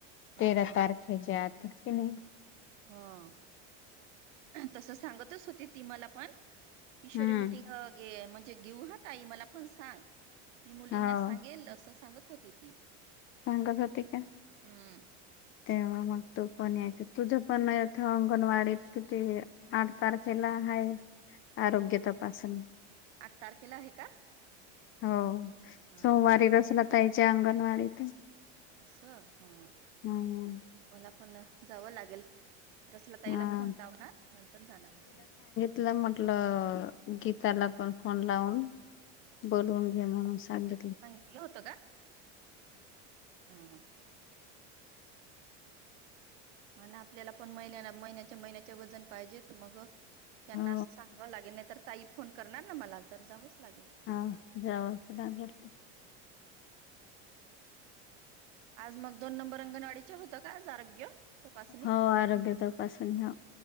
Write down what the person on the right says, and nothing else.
हा
ह तस सांगतच होती ती मला पण किशोरी
मिटिंग गे म्हणजे गेऊ हा ताई मला पण सांग. मी मुलींना
सांगेल अस सांगत होती ती
हम्म
आट तारखेला आहे का?
हा
अस? हा
मला पण जावं लागेल रसला ताईला
फोन लावणार नंतर जाणार मग मी
गीतला होत का? ह ह आणि ना आपल्याला पण महिन महिन्याच्या महिन्याचे वजन पाहिजेत मग त्यांना
अस सांगाव लागेल नइ तर ताई फोन करणार ना मला तर जावच लागेल.
आज मग दोन नंबर अंगणवाडीचे होत का आज आरोग्य? तपासणी